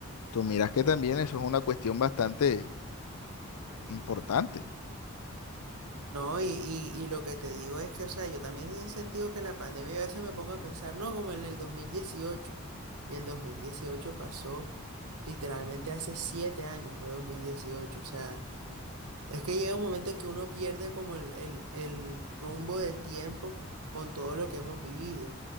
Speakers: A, on the left; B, on the right.
A: tú miras que también eso es una cuestión bastante importante.
B: no, y, y, y lo que te digo es que, o sea, yo también en sentido que la pandemia a veces me pongo a pensar, no, como en el dos mil dieciocho y el 2018 pasó literalmente hace siete años, fue dos mil dieciocho o sea. Es que llega un momento en que uno pierde como el, el, el rumbo del tiempo con todo lo que hemos vivido,